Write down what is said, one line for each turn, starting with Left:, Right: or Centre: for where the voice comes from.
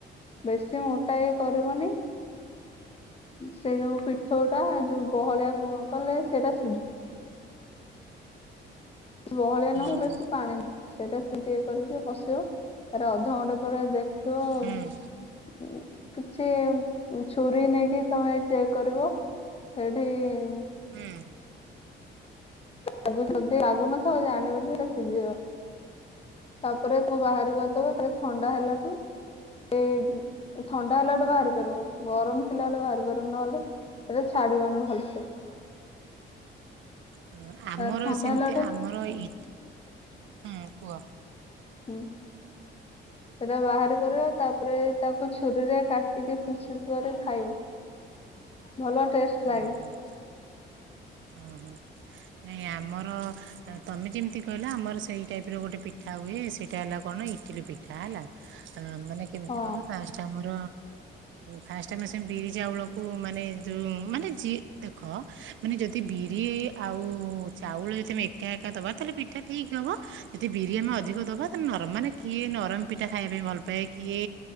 Left: ବେଶୀ ମୋଟା ଇଏ କରିବନି। ସେ ଯୋଉ ପିଠଉଟା ଯୋଉ ବହଳିଆ କଲେ, ସେଇଟା ସିଝି ବହଳିଆ ନୁହେଁ କି
Right: ହୁଁ ହୁଁ ହୁଁ
Left: ବେଶୀ ପାଣି ନୁହଁ ସେଇଟା ସେମିତି ଏ କରିକି ବସିବ। ଆରେ ଅଧଘଣ୍ଟା ପରେ ଦେଖିବ ଆଉ
Right: ହୁଁ ହୁଁ
Left: କିଛି ଛୁରୀ ନେଇକି ତମେ ଚେକ୍ କରିବ। ସେଠି ଇ‌।
Right: ହୁଁ।
Left: ଲାଗୁ ଯଦି, ଲାଗୁନଥିବ ଜାଣିବୁ ଯେ ସେଇଟା ସିଝିବ। ତାପରେ ତାକୁ ବାହାରି କରିଦବୁ। ତାଲେ ଥଣ୍ଡା ହେଲାଠୁ ଏ ଥଣ୍ଡା ହେଲା ବଳେେ ବାହାର କରିବ। ଗରମ ଥିଲାବେଳେ ବାହାର କରିବୁ, ନହେଲେ ହେଲେ ଛାଡିବନି ଭଲସେ।
Right: ହୁଁ
Left: ତାପରେ
Right: ଆମର
Left: ଥଣ୍ଡା
Right: ସେମିତି,
Left: ହେଲାଠୁ
Right: ଆମର ଇ ହଁ, କୁହ?
Left: ହୁଁ। ସେଇଟା ବାହାରି କରିବ। ତାପରେ ତାକୁ ଛୁରୀରେ କାଟିକି ଫିସଫିସ୍ କରି ଖାଇବ। ଭଲ ଟେଷ୍ଟ।
Right: ହୁଁ,
Left: ଲାଗେ
Right: ହୁଁ। ଓ ହୋ। ନାଇଁ ଆମର, ତମେ ଯେମିତି କହିଲା, ଆମର ସେଇ ଟାଇପ୍ ର ଗୋଟେ ପିଠା ହୁଏ। ସେଇଟା ହେଲା କଣ ଇଟିଲି ପିଠା। ପିଠା ହେଲା। ମାନେ କେମିତି
Left: ହଁ
Right: କହିଲ ଫାଷ୍ଟ ଆମର ଫାଷ୍ଟ ଟାଇମ ଆସ ବିରି ଯଉଳକୁ ମାନେ ଜି ଯଉ ମାନେ ଯିଏ ଦେଖ ମାନେ ଯଦି ବିରି ଆଉ ଉ ଚାଉଳ ଯଦି ଆମେ ଏକା ଏକା ଦବା ତାହେଲେ ପିଠା ଠିକ୍ ହବ ଯଦି ବିରି ଆମେ ଅଧିକ ଦବା ତାହାଲେ ନରମ୍ ମାନେ କିଏ ନରମ ପିଠା ଖାଇବା ପାଇଁ ଭଲ ପାଏ, କିଏ